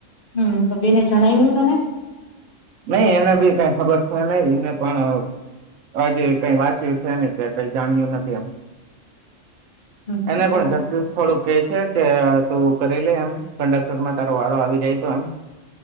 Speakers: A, on the left; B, on the right.
A: હમ્મ તો બેને જણાવ્યું તને?
B: નઈ એને બી કાંઈ ખબર છે નઈ એને પણ હજી કઈ વાંચ્યું છે નઈ કે કઈ જાણ્યું નથી એમ.
A: હમ
B: એને પણ
A: બરાબર
B: જબજત થોડુંક કે છે. તું કરી લે એમ કંડક્ટરમાં તારો વારો આવી જાય તો એમ